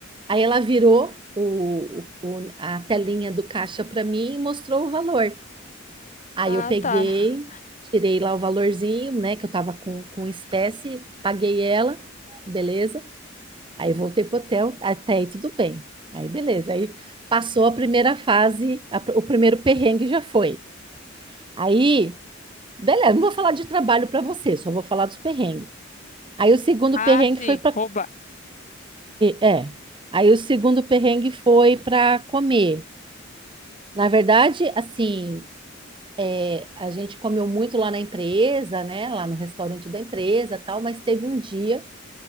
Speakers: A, on the right (about 25°); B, on the left (about 40°).
A: Aí ela virou o, o- o- a telinha do caixa para mim e mostrou o valor. Aí
B: Ah,
A: eu peguei,
B: tá.
A: tirei lá o valorzinho, né, que eu tava com, com espécie, paguei ela, beleza. Aí voltei pro hotel, até aí tudo bem. Aí beleza, aí passou a primeira fase, a pr- o primeiro perrengue já foi. Aí Beleza, não vou falar de trabalho para você, só vou falar dos perrengues. Aí o segundo
B: Ah,
A: perrengue
B: sim,
A: foi para.
B: roubar.
A: É. Aí o segundo perrengue foi para comer. Na verdade, assim, é, a gente comeu muito lá na empresa, né? Lá no restaurante da empresa, tal, mas teve um dia